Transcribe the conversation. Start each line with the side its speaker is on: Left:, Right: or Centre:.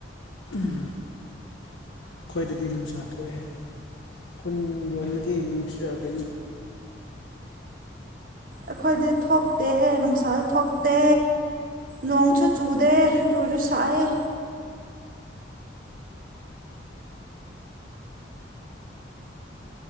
Left: ꯎꯝ ꯈ꯭ꯋꯥꯣꯏꯗꯗꯤ ꯅꯨꯡꯁꯥ ꯊꯣꯛꯑꯦ ꯈꯨꯟ ꯂꯣꯝꯗꯒꯤ ꯅꯨꯡꯁꯤꯛꯒꯅꯤ
Right: ꯑꯩꯈꯣꯏꯗꯤ ꯊꯣꯛꯇꯦ ꯅꯨꯡꯁꯥꯗ ꯊꯣꯛꯇꯦ ꯅꯣꯡꯁꯨ ꯆꯨꯗꯦ ꯑꯗꯨ ꯑꯣꯏꯔꯁꯨ ꯁꯥꯏꯦ